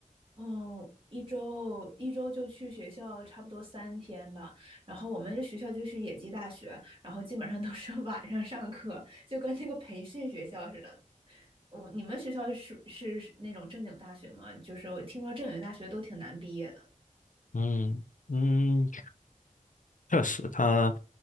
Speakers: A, on the right; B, on the left.
A: 嗯，一周一周就去学校差不多三天吧。然后我们这学校就是野鸡大学，然后基本上都是 <laughs> 晚上上课，就跟那个培训学校似的。我你们学校是是是那种正经大学吗？就是我听说正经大学都挺难毕业的。
B: 嗯嗯，确实，他，